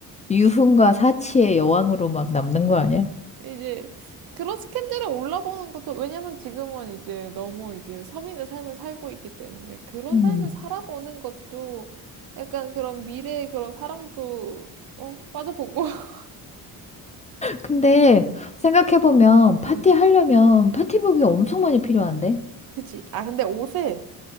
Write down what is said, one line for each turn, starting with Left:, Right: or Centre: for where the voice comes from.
Left: 유흥과 사치의 여왕으로 막 남는 거 아니야?
Right: 이제 그런 스캔들을 올라보는 것도 왜냐면 지금은 이제 너무 이제 서민의 삶을 살고 있기 때문에 그런
Left: 음.
Right: 삶을 살아보는 것도 약간 그런 미래의 그런 사랑도 어, 빠져보고. <laughs>
Left: 근데 생각해보면 파티
Right: 응,
Left: 하려면 파티복이
Right: 응.
Left: 엄청 많이 필요한데.
Right: 그치. 아, 근데 옷을